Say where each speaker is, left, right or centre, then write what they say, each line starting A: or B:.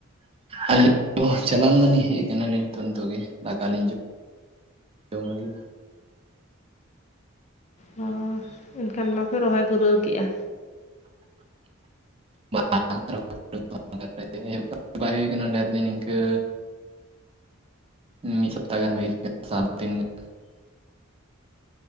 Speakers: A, on the right; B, on the left.
A: ᱟᱹᱞᱤᱧ ᱫᱚ ᱪᱟᱞᱟᱣ ᱞᱮᱱᱟᱞᱤᱧ ᱦᱮᱡ ᱠᱟᱱᱟᱞᱤᱧ ᱱᱤᱛ ᱱᱤᱛᱚᱜ ᱜᱮ ᱫᱟᱠᱟ ᱞᱤᱧ ᱡᱚᱢᱼᱼ ᱡᱚᱢ ᱞᱟᱹᱜᱤᱫ᱾
B: ᱚ ᱮᱱᱠᱷᱟᱱ ᱢᱟᱯᱮ ᱨᱚᱦᱚᱭ ᱯᱩᱨᱟᱹᱣ ᱠᱮᱜᱼᱟ᱾
A: <unintelligible> <unintelligible> ᱵᱟᱭ ᱦᱩᱭ ᱟᱠᱟᱱᱟ ᱰᱷᱮᱨ ᱫᱤᱱ ᱤᱱᱠᱟᱹᱼᱼ ᱢᱤᱫ ᱥᱟᱯᱛᱟ ᱜᱟᱱ ᱦᱩᱭ ᱟᱠᱟᱱᱟ ᱥᱟ ᱫᱤᱱ᱾ ᱜᱟᱱ